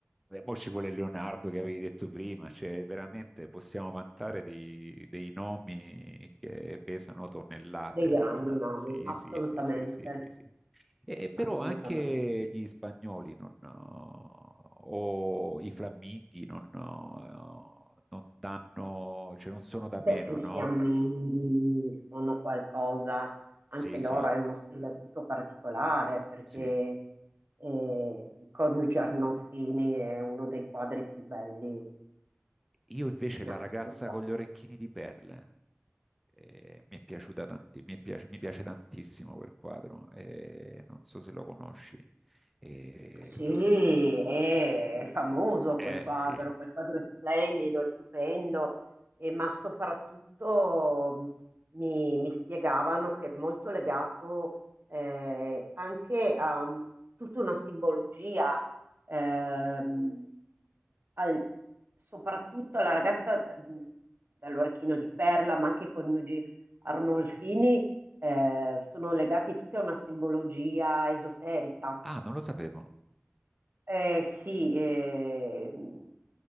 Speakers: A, in the centre; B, on the right.
A: e poi ci vuole Leonardo che avevi detto prima, cioè veramente possiamo vantare dei, dei nomi che pesano tonnellate
B: dei grandi
A: sulla...
B: nomi,
A: Sì,
B: assolutamente,
A: sì, sì, sì, sì, sì, sì. E, però
B: assolutamente.
A: anche gli spagnoli non, eh, o i fiamminghi non, eh, non danno, cioè non sono da
B: Beh,
A: meno,
B: i
A: no?
B: fiamminghi sono qualcosa, anche
A: Sì, sì,
B: loro è uno stile tutto particolare perché
A: sì.
B: eh, il coniuge Arnolfini è uno dei quadri più belli
A: Io invece
B: in
A: la
B: assoluto.
A: ragazza con gli orecchini di perle, eh, mi è piaciuta tanti- mi è piace, mi piace tantissimo quel quadro, eh, non so se lo conosci. Eh,
B: Sì,
A: no, no.
B: è famoso
A: Eh,
B: quel quadro,
A: sì.
B: quel quadro è splendido, è stupendo, e- ma soprattutto mh, mi, mi spiegavano che è molto legato eh, anche a mh, tutta una simbologia, ehm, al- soprattutto alla ragazza mh, dall'orecchino di perla, ma anche i coniugi Arnolfini eh, sono legati tutti a una simbologia esoterica.
A: Ah, non lo sapevo.
B: Eh, sì, ehm,